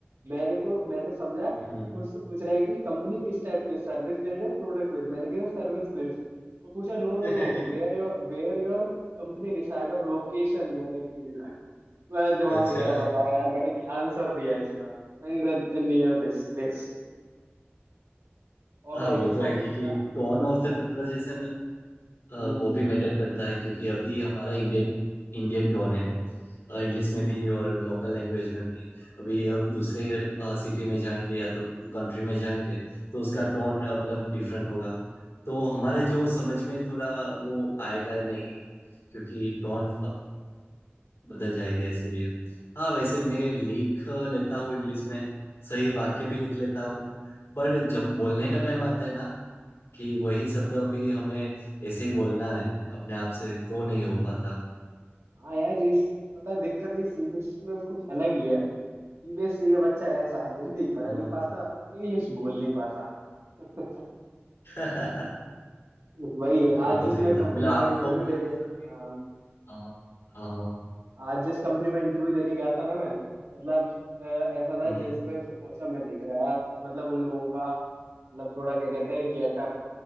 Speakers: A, on the right (about 85°); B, on the left (about 85°).
A: मेरे को मैंने समझा कि
B: हम्म।
A: मुझसे पूछ रहा है कि कंपनी किस टाइप की सर्विस दे रही है प्रोडक्ट बेस्ड मैंने कहा सर्विस वो पूछा no no
B: <laughs>
A: no where your where your company reside और लोकेशन मैंने कि भाई मैं दिमाग
B: अच्छा
A: में कह रहा बताओ यार मैंने क्या आंसर दिया इसका मैंने नियर दिस प्लेस
B: <laughs>
A: और
B: हाँ
A: भाई
B: वो
A: जिस
B: तो है
A: ऑफिस
B: क्योंकि
A: में
B: टोन
A: हाँ
B: ऑफ द कन्वर्सेशन अ,
A: हम्म
B: वो भी मैटर करता है क्योंकि अभी हमारा इंडियन इंडियन टोन है इंग्लिश में
A: हाँ
B: भी और लोकल लैंग्वेज में भी अभी अब दूसरे
A: हम्म
B: सिटी में जाएंगे या तो कंट्री में जाएंगे तो उसका टोन मतलब डिफरेंट होगा तो हमारे जो समझ में थोड़ा वो आएगा नहीं क्योंकि टोन बदल जाएगा इसीलिए हाँ वैसे मैं लिख लेता हूँ इंग्लिश में सही वाक्य भी लिख लेता हूँ पर जब बोलने का टाइम आता है ना कि वही
A: हाँ
B: शब्द अभी हमें ऐसे ही बोलना है अपने आप से तो नहीं हो पाता
A: हाँ यार इस पता है दिक्कत है सीबीएसई में कुछ अलग ही है सीबीएसई का बच्चा ऐसा है हिंदी पढ़
B: हाँ
A: नहीं पाता और इंग्लिश बोल नहीं पाता <laughs>
B: <laughs>
A: वही है
B: वो
A: आज
B: तो
A: जिस
B: सही
A: मैं
B: बात
A: कंपनी
B: मतलब आपको
A: में इंटरव्यू
B: मतलब
A: दे रहे
B: ऐसा-
A: हैं
B: हाँ हाँ हाँ हाँ
A: आज जिस कंपनी में इंटरव्यू देने गया था ना मैं मतलब अ, ऐसा था
B: हम्म,
A: जैसे मैं उसको पहुंचा मैं देख रहा यार मतलब उन लोगों का मतलब थोड़ा क्या कहते हैं गेटअप